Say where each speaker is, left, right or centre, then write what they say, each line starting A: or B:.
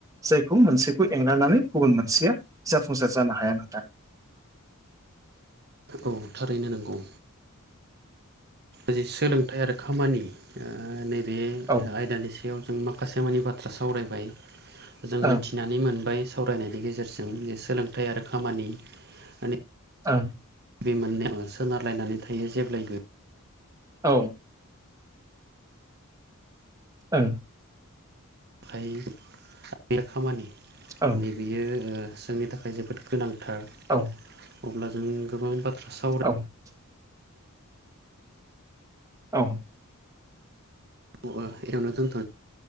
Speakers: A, on the right; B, on the right.
A: जायखौ मोनसेखौ एंगारनानै गुबुन मोनसेया जाफुंसार जानो हाया नाथाय
B: औ थारैनो नोंगौ। जि सोलोंथाइ आरो खामानि ओ नैबे
A: औ
B: आयदानि सायाव जों मा खासे मानि बाथ्रा सावरायबाय जों मोनथि
A: औ
B: नानै मोनबाय सावरायनायनि गेजेरजों जे सोलोंथाइ आरो खामानि माने
A: ओं।
B: बे मोननै ओ सोनारलायनानै थायो जेब्लायबो।
A: औ। ओं।
B: फाय <unintelligible> खामानि
A: औ
B: माने बियो ओ जोंनि थाखाय जोबोद गोनांथार।
A: औ।
B: अब्ला जों गोबां बाथ्रा साव
A: औ। औ।
B: खौ ओ एयावनो दोनथ'